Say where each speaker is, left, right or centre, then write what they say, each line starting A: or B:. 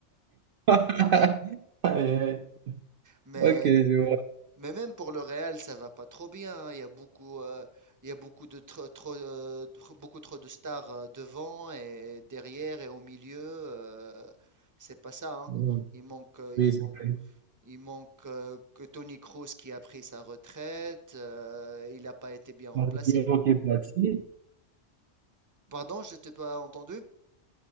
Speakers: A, on the right; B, on the right.
A: <laughs> Aïe, aïe.
B: Mais,
A: Ok, je vois.
B: mais même pour le Real, ça va pas trop bien. hein. Il y a beaucoup, euh, il y a beaucoup de trop, trop, euh, trop- beaucoup trop de stars euh, devant et derrière et au milieu. euh, c'est pas ça, hein.
A: Mm.
B: Il manque, euh,
A: Oui,
B: il manque,
A: c'est vrai.
B: Il manque euh, que Tony Kroos qui a pris sa retraite. euh, il n'a pas été bien remplacé.
A: On va dire, ok, parti.
B: Pardon, je t'ai pas entendu?